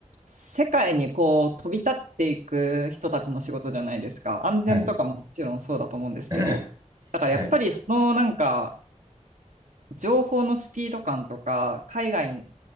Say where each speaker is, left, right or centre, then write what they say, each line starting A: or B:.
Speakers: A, on the right; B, on the right.
A: 世界にこう飛び立っていく人たちの仕事じゃないですか。安全とかももちろんそうだと思うんですけど。
B: <laughs> はい。<laughs> <coughs>
A: だからやっぱりそのなんか
B: はい。
A: 情報のスピード感とか、海外、